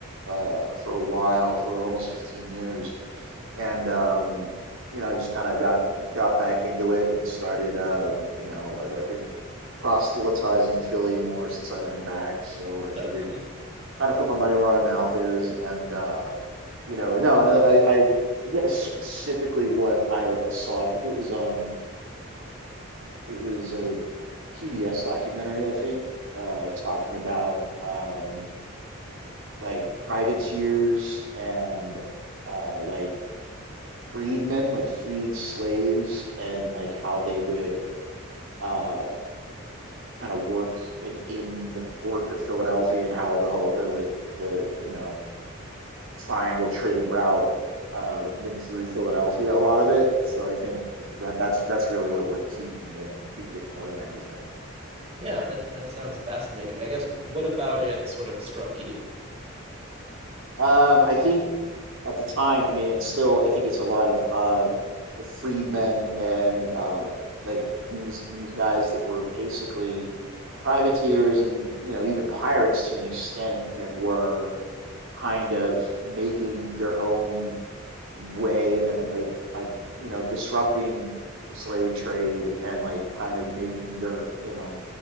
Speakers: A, on the right (about 75°); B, on the right (about 30°).
A: uh for a while, for almost 15 years, and um, you know, I just kind of got got back into it and started. Um, you know, I've, I've been proselytizing Philly more since I've been back, so I figured
B: Definitely.
A: kind of put my money where my mouth is, and um, you know, no, and I I I forget specifically what I, I saw. I think it was um it was a PBS documentary, I think, uh, talking about um, like privateers and uh, like freedmen, like freed slaves, and like how they would uh, kind of work within the port of Philadelphia and how the whole uh, the the you know triangle trade route uh, went through Philadelphia. A lot of it, so I think that that's that's really what what peaked more, peaked it more than anything.
B: <laughs> yeah, that that sounds fascinating. I guess what about it sort of struck you
A: Um, I think at the time, I mean, and still, I think it's a lot of uh, the freedmen and uh, like these these guys that were basically privateers and you know even pirates to an extent that were kind of making their own way and like by you know disrupting the slave trade and like kind of making their you know